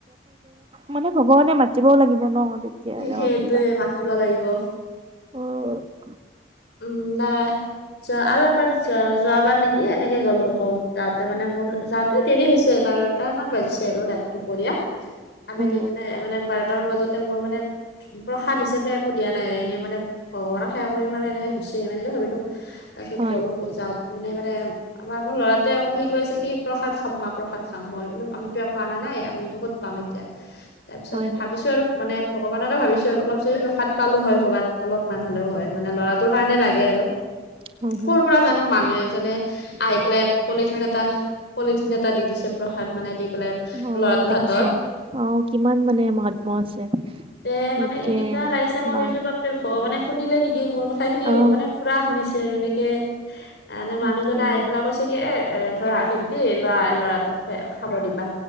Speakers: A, on the right; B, on the left.
A: মানে ভগৱানে মাতিবও লাগিব ন। তেতিয়া যাব
B: সেইটোৱে
A: পাৰিবা
B: মাতিব লাগিব।
A: হয়
B: উম নাই আৰু এবাৰ যোৱাবাৰ নেকি দ এনেকে গ'লো ক' যাওঁতে মানে মোৰ যাওঁতে দেৰি হৈছে বাৰটা মান বাজিছে আৰু ৰাতি দুপৰীয়া আমি নিপেনে
A: হয়
B: মানে বাৰ তাৰ মাজতে মই মানে প্ৰসাদ হিচাপে একো দিয়া নাই, এনেই মানে ভগৱানক সেৱা কৰিম। মানে এনেকে গুচি আহিম এনেকে ভাবিলো তাৰ পিছ
A: হয়
B: গলো যাওঁ মানে মানে আমাৰ মোৰ ল'ৰাটোৱে আকৌ সি কৈছে কি প্ৰসাদ খাম মা প্ৰসাদ খাম, মই বো আমিতো একো আনা নাই নাই আমিনো ক'ত পাম এতিয়া তাৰপিছত
A: হয় হয়
B: ভাবিছো আৰু মানে ভগৱানকে ভাবিছো আৰু অলপ যদি প্ৰসাদ পালো হয়' কৰবাত অলপমান হ'লেও হয়। মানে ল'ৰাটোৰ কাৰণে লাগে আৰু
A: হয় হয়।
B: কৰ পৰা জানো মানুহ জনে আহি পেলাই পলিথিন এটা পলিথিন এটা দি দিছে প্ৰসাদ মানে দি পেলাই
A: আহ
B: ল'ৰাটোৰ
A: দেখিছা
B: হাতত
A: আহ কিমান মানে মহাত্মা আছে।
B: তে
A: সেইটোৱে
B: মানে এনেকা লাগিছে
A: তোমাৰ
B: মই বাপৰে ভগবানে শুনিলে নেকি মোক। কথাখিনি
A: অ
B: ভগৱানে পুৰা শুনিছে আৰু এনেকৈ মানে
A: সেইটোৱে
B: মানুহজনে আহি পেলাই কৈছে কি এ এ লোৱা ভণ্টি লৰা লৰাটোক খাব দিবা।